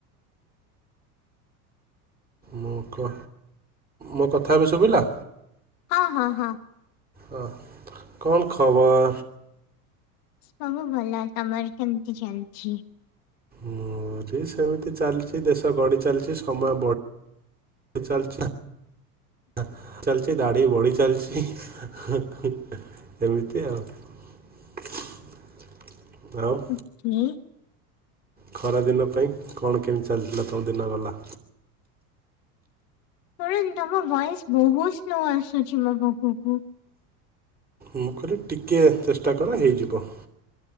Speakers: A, on the right; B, on the left.
A: ମୁଁ କ ମୋ କଥା ଏବେ ଶୁଭିଲା।
B: ହଁ ହଁ ହଁ।
A: ହଁ କଣ ଖବର?
B: ସବୁ ଭଲ ତମର କେମତି ଚାଲିଛି?
A: ମୋର ସେମିତି ଚାଲିଛି ଦେଶ ଗଢ଼ି ଚାଲିଛି ସମୟ ବଢିଢ ଚାଲିଛି। <unintelligible> ଚାଲିଛି ଦାଢି ବଢି ଚାଲିଛି ଏମିତି ଆଉ। <unintelligible>
B: ହୁଁ।
A: ଖରା ଦିନ ପାଇଁ କଣ କେମିତି ଚାଲିଥିଲା ତମ ଦିନ ଗଲା।
B: <unintelligible> ତମ ଭଏସ ବହୁତ ସ୍ଲୋ ଆସୁଛି ମୋ ପାଖକୁ।
A: ମୁଁ କହିଲି ଟିକେ ଚେଷ୍ଟା କର ହେଇଯିବ।